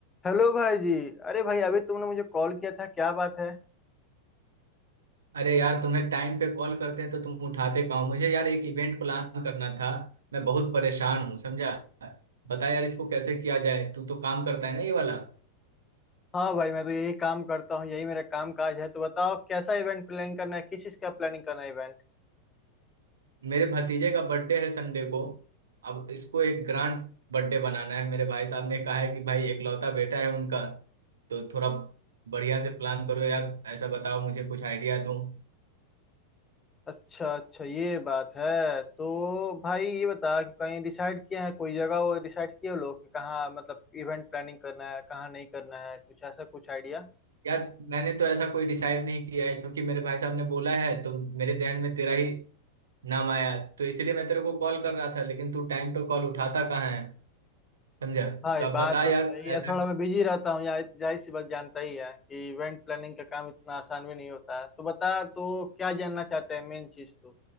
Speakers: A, on the left (about 20°); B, on the right (about 65°).
A: Hello भाई जी अरे भाई अभी तुमने मुझे कॉल किया था क्या बात है
B: अरे यार तुम्हें टाइम पे कॉल करते हैं तो तुम उठाते कहाँ हो? मुझे यार एक इवेंट प्लान करना था मैं बहुत परेशान हूँ समझा बता यार इसको कैसे किया जाए तू तो काम करता है ना ये वाला
A: हाँ भाई मैं तो यही काम करता हूँ यही मेरा काम काज है तो बताओ कैसा इवेंट प्लान करना है किस चीज़ का प्लानिंग करना है इवेंट
B: मेरे भतीजे का बर्थडे है संडे को अब इसको एक ग्रांड बर्थडे बनाना है मेरे भाई साहब ने कहा है कि भाई एकलौता बेटा है उनका तो थोड़ा बढ़िया से प्लान करो यार ऐसा बताओ मुझे कुछ आइडिया दो
A: अच्छा अच्छा ये बात है तो भाई ये बता कि कहीं डिसाइड किया है कोई जगह वो डिसाइड किए हो लोग कि कहाँ मतलब इवेंट प्लानिंग करना है कहाँ नहीं करना है कुछ ऐसा कुछ आइडिया
B: यार मैंने तो ऐसा कोई डिसाइड नहीं किया है क्योंकि मेरे भाई साहब ने बोला है तो मेरे जहन में तेरा ही नाम आया तो इसलिए मैं तेरे को कॉल कर रहा था लेकिन तू टाइम पे कॉल उठाता कहाँ है समझा
A: भाई
B: तो अब
A: बात
B: बता
A: तो
B: यार
A: सही है
B: ऐसा
A: थोड़ा मैं बिजी रहता हूँ जाहिर जाहिर सी बात जानता ही है कि इवेंट प्लानिंग का काम इतना आसान भी नहीं होता है तो बता तो क्या जानना चाहते हैं मेन चीज तो